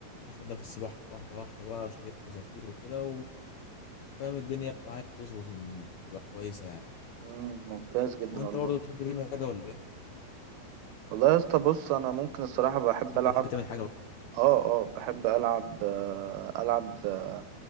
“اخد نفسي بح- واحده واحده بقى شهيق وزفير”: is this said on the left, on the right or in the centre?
Left